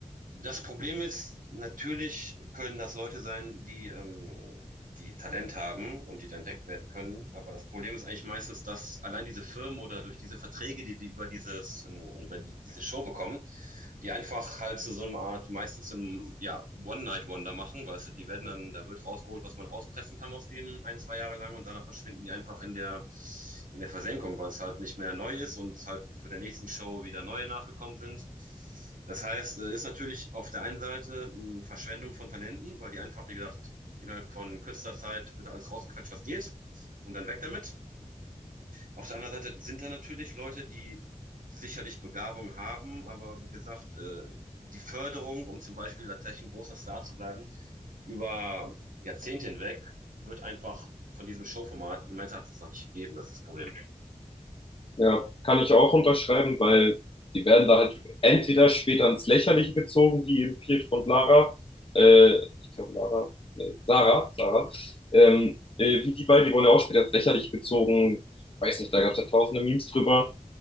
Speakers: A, on the right; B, on the left.
A: Das Problem ist, natürlich können das Leute sein, die, ähm, die Talent haben und die dann entdeckt werden können. Aber das Problem ist eigentlich meistens, dass allein diese Firmen oder durch diese Verträge, die die über dieses, ähm, über die, diese Show bekommen, die einfach halt zu so einer Art, meistens so einem, ja, One-Night-Wonder machen, weißt du, die werden dann, da wird rausgeholt, was man rauspressen kann aus denen ein, zwei Jahre lang und danach verschwinden die einfach in der, in der Versenkung, weil es halt nicht mehr neu ist und es halt für der nächsten Show wieder neue nachgekommen sind. Das heißt, äh, ist natürlich auf der einen Seite eine Verschwendung von Talenten, weil die einfach, wie gesagt, innerhalb von kürzester Zeit wird da alles rausgequetscht, was geht, und dann weg damit. Auf der anderen Seite sind da natürlich Leute, die sicherlich Begabung haben, aber wie gesagt, äh, die Förderung, um zum Beispiel tatsächlich ein großer Star zu bleiben, über Jahrzehnte hinweg, wird einfach von diesem Showformat meines Erachtens noch nicht geben. Das ist das Problem.
B: Ja, Kann ich auch unterschreiben, weil die werden da halt entweder später ins Lächerliche gezogen, wie eben Pietro und Lara, äh, ich glaube Lara, nee, Sarah, Sarah, ähm, äh, wie die beiden, die wurden ja auch später ins Lächerliche gezogen, weiß nicht, da gab es ja tausende Memes drüber.